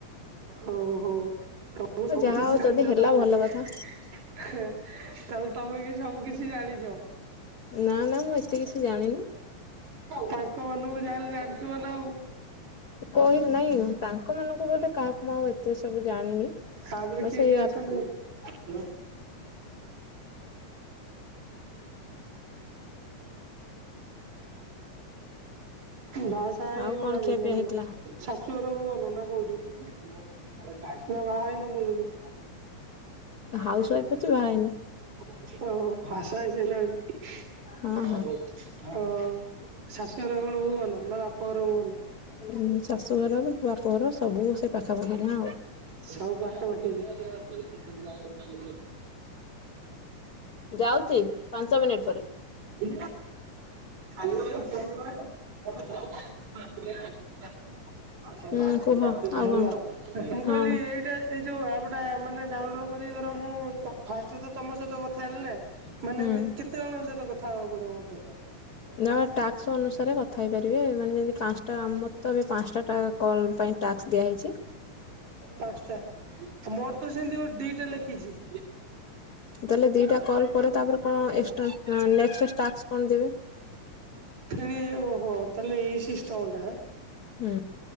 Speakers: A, on the right; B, on the left.
A: ଓ ହୋ। ତମେ
B: ଆଉ
A: ସବୁ
B: ଯାହା
A: କିଛି
B: ହଉ
A: ଜାଣିଛ
B: ଯଦି ହେଲା
A: ତାହେଲେ।
B: ଭଲ
A: ତାହେଲେ
B: କଥା
A: ତ ତମେ କି ସବୁ କିଛି ଜାଣିଛ।
B: ନା ନା ମୁଁ ଏତେ କିଛି ଜାଣିନି।
A: ତାଙ୍କ ମାନକୁ ଯାହେଲେ ଜାଣିଥିବ ନା ଆଉ।
B: କହିଲି ନାଇଁ ତାଙ୍କ ମାନଙ୍କୁ ବୋଲେ ମୁଁ ଏତେ ସବୁ ଜାଣିନି।
A: ତାପରେ
B: ବାସ୍
A: କିଏ
B: ଏଇ
A: କିଏ ଅଛନ୍ତି?
B: ଆପ୍ ରେ।
A: ଆଉ ବାହା ସା ହେଇ
B: ଆଉ
A: ଗଲଣି
B: କଣ ଖିଆପିଆ
A: ନା ନାଇଁ।
B: ହେଇଥିଲା?
A: ଶାଶୁଘର ରୁହନ ନା କୋଉଠି ନା ବାହା ହେଇ ନା ମୂଳରୁ।
B: ହାଉସୱାଇଫ ଅଛି ବାହା ହେଇନି।
A: ଓ ହୋ ବାହାସା
B: ହଁ
A: ହେଇସାରିଲଣି ଓ। ଶାଶୁଘର କଣ ଭୁବନ ନା ବାପଘର ଭୁବନ?
B: ଉମ ଶାଶୁଘର ବି ବାପଘର ସବୁ ସବୁ ସେ ପାଖାପାଖି ଗାଁ ଆଉ।
A: ସବୁ ପାଖା ପାଖି ଏରିଆ।
B: ଯାଉଚି ପାଞ୍ଚ ମିନିଟ୍ ପରେ।
A: ଏ କଲିିବ ଚ <unintelligible> ାତ
B: ହୁଁ କୁହ
A: <inaudible> ଭଲ
B: ଆଉ କଣ
A: ମୁଁ କହିଲି
B: ହଁ
A: ଏଇଟା ଏଇ ଯୋଉ ଆପ ଟା ମାନେ ଡାଉନଲୋଡ କରି ଧର ମୁଁ ତ ଫାଷ୍ଟରେ ତ ତମ ସହିତ କଥା ହେଲି ନା। ମାନେ
B: ହୁଁ।
A: ଏମିତି କେତେ ଜଣଙ୍କ ସହିତ କଥା ହବାକୁ ପଡିବ ମତେ।
B: ନା ଟାକ୍ସ ଅନୁସାରେ କଥା ହେଇପାରିବେ। ମାନେ ଯେମିତି ପାଞ୍ଚଟା ଆମରତ ଏବେ ପାଞ୍ଚଟା ଟା କଲ ପାଇଁ ଟାକ୍ସ ଦିଆ ହେଇଛି।
A: ପାଞ୍ଚଟା ମୋର ତ ସେମିତି ଗୋ ଦିଟା ଲେଖିଛି।
B: ତାହେଲେ ଦିଟା କଲ୍ ପରେ ତାପରେ କଣ ଏକଷ୍ଟ୍ରା ପ୍ଲା ଏକଷ୍ଟ୍ରା ଟାକ୍ସ କଣ ଦେବେ?
A: ଥିଲେ ଏ ଓହୋ ତାହଲେ ଏଇ ସିଷ୍ଟମ ଟା ଆଁ।
B: ହୁଁ।